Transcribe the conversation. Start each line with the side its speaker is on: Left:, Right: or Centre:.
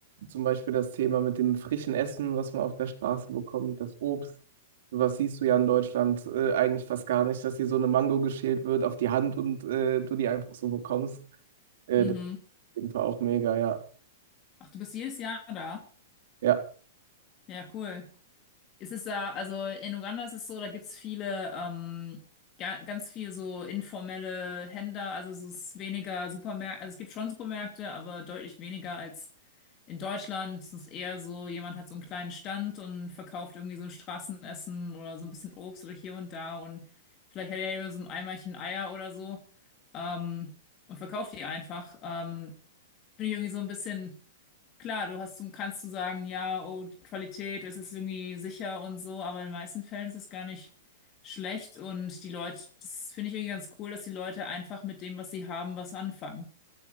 Right: Zum Beispiel das Thema mit dem frischen Essen, was man auf der Straße bekommt, das Obst. Sowas siehst du ja in Deutschland äh, eigentlich fast gar nicht, dass dir so eine Mango geschält wird auf die Hand und äh, du die einfach so bekommst. Äh,
Left: Mhm.
Right: das ist auf jeden Fall auch mega, ja.
Left: Ach, du bist jedes Jahr da.
Right: Ja.
Left: Ja, cool. Es ist da, also in Uganda ist es so, da gibt's viele, ähm, ga, ganz viel so informelle Händler, also es ist weniger Supermärkte, also es gibt schon Supermärkte, aber deutlich weniger als in Deutschland. Es ist eher so, jemand hat so einen kleinen Stand und verkauft irgendwie so ein Straßenessen oder so ein bisschen Obst oder hier und da und vielleicht hat er ja so ein Eimerchen Eier oder so, ähm, und verkauft die einfach. Ähm, finde ich irgendwie so ein bisschen. Klar, du hast, kannst du sagen, ja, oh, die Qualität, es ist irgendwie sicher und so, aber in den meisten Fällen ist es gar nicht schlecht und die Leute, das finde ich irgendwie ganz cool, dass die Leute einfach mit dem, was sie haben, was anfangen.